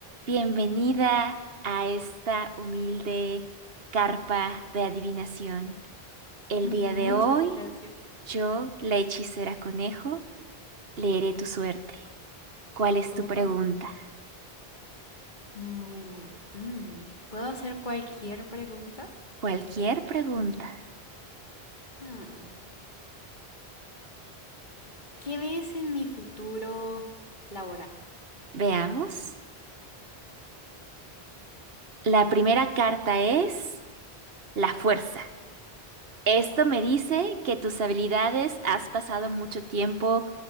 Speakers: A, on the right; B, on the left.
A: Bienvenida a esta humilde carpa de adivinación. El
B: <laughs> Muchas
A: día de hoy,
B: gracias.
A: yo, la hechicera conejo, leeré tu suerte. ¿Cuál es
B: Oh,
A: tu pregunta?
B: bueno. mm, ¿Puedo hacer cualquier pregunta?
A: Cualquier pregunta.
B: Hmm, ¿Qué ves en mi futuro laboral?
A: Veamos. La primera carta es la fuerza. Esto
B: Ok,
A: me dice que tus habilidades has pasado mucho tiempo